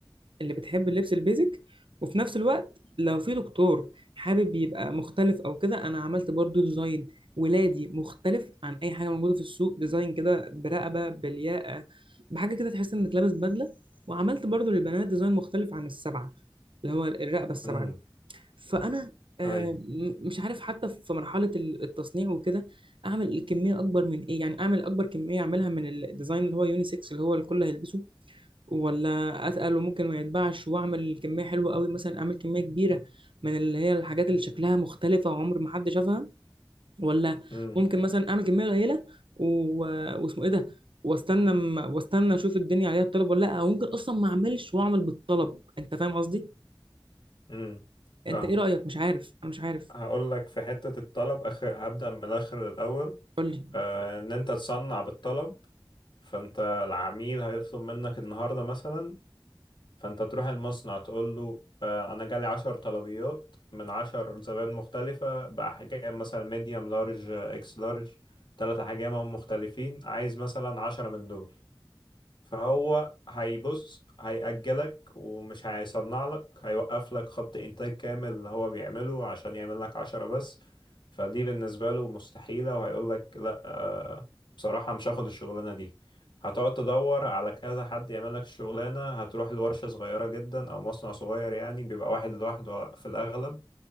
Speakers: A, on the right (about 75°); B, on the left (about 65°).
A: اللي بتحب اللبس البيزك وفي نفس الوقت لو في دكتور حابب يبقى مختلف او كده انا عملت برضو ديزاين ولادي مختلف عن اي حاجه موجوده في السوق ديزاين كده برقبه بالياقه بحاجه كده تحس انك لابس بدله وعملت برضو للبنات ديزاين مختلف عن السبعه اللي هو الرقبه السبعه
B: امم
A: فانا آه،
B: ايوه
A: م- مش عارف حتى في مرحله ال- التصنيع وكده اعمل كميه اكبر من ايه يعني اعمل اكبر كميه اعملها من الديزاين اللي هو يونيسكس اللي هو الكل هيلبسه ولا اتقل وممكن ما يتباعش واعمل كميه حلوه قوي مثلا اعمل كميه كبيره من اللي هي الحاجات اللي شكلها مختلفه وعمر ما حد شافها ولا
B: امم
A: ممكن مثلا اعمل كميه قليله و... واسمه ايه ده واستنى م- واستنى اشوف الدنيا عليها الطلب ولا لا او ممكن اصلا ما اعملش واعمل بالطلب انت فاهم قصدي
B: امم فاهم
A: انت ايه رايك مش عارف انا مش عارف
B: هقول لك في حتة الطلب اخر هبدأ من الاخر الاول
A: قول لي
B: آه ان انت تصنع بالطلب فانت العميل هيطلب منك النهاردة مثلا فانت تروح المصنع تقول له آه انا جالي عشر طلبيات من عشر زبائن مختلفة بأحجام مثلا ميديوم لارج اكس لارج تلات احجام مختلفين عايز مثلا عشرة من دول فهو هيبص هيأجلك ومش هيصنع لك هيوقف لك خط إنتاج كامل اللي هو بيعمله عشان يعمل لك عشرة بس فدي بالنسبة له مستحيلة وهيقول لك لا آه، بصراحة مش هاخد الشغلانة دي هتقعد تدور على كذا حد يعمل لك الشغلانة هتروح لورشة صغيرة جدا أو مصنع صغير يعني بيبقى واحد لوحده في الأغلب